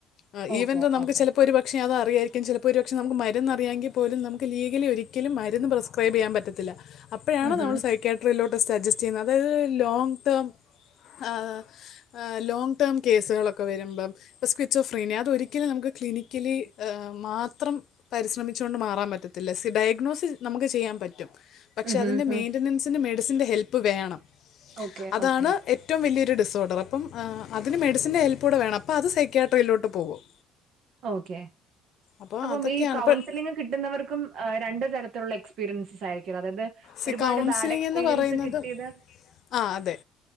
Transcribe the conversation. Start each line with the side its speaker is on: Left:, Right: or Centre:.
Left: ആ
Right: ഓക്കെ
Left: ഈവന്റ് നമുക്ക്
Right: ഓക്കെ
Left: ചിലപ്പോൾ ഒരു വ പക്ഷേ അത് അിറിയായിരിക്കും ചിലപ്പോ ഒരു പക്ഷെ നമുക്ക് മരുന്ന് അറിയാങ്കി പോലും നമുക്ക് ലീഗലി ഒരിക്കലും മരുന്ന് പ്രിസ്‌ സ്ക്രൈബ് ചെയ്യാൻ പറ്റത്തില്ല അപ്പോഴാണ്
Right: ഉഹും,
Left: നമ്മൾ സൈക്ക്യാട്രിയിലോട്ട് സ്റ്റജസ്റ് ചെയ്യുന്നത് അതായത് ലോങ്ങ് ടേം ആഹ് അഹ് ലോങ്ങ് ടേം കേസുകളൊക്കെ വരുമ്പം ഇ സ്വിച്ച് ഓഫ് പ്രൈനി അതൊരിക്കലു നമുക്ക് ക്ലിനിക്കലി മാത്രം പരിശ്രമിച്ചോണ്ട് മാറാൻ പറ്റത്തില്ല സി ഡയഗ്നോസിസ് നമുക്ക് ചെയ്യാൻ പറ്റും പക്ഷെ
Right: ഉഹും,
Left: അതിന്റെ
Right: ഉഹും.
Left: മെയിന്റനൻസിന് മെഡിസിന്റെ ഹെല്പ്പ് വേണം
Right: ഓക്കെ
Left: അതാണ്
Right: ഓക്കെ
Left: എ എറ്റവും വലിയൊരു ഡിസോർഡർ അപ്പ അതിന് മെഡിസിൻ്റെ ഹെല്പ്പൂടെ വേണം അത് സൈക്ക്യാട്രിയിലോട്ട് പോകും
Right: ഓക്കെ
Left: അപ്പോൾ
Right: അപ്പം
Left: അതൊക്കെയാണ്
Right: ഈ കൌൺസിലിംഗ്
Left: ഇപ്പം
Right: കിട്ടുന്നവർക്കും രണ്ട് തരത്തിലുള്ള എക്സ് ക്സ്പീരിയൻസ് ആയിരിക്കൂല അതായത്
Left: സി
Right: ഒരുപാട്
Left: കൗൺസിലിംഗ്
Right: ബാഡ് എക്സ്പീരിയൻസ്
Left: എന്ന് പറയുന്നത്
Right: കിട്ടിയത്
Left: ആ അതെ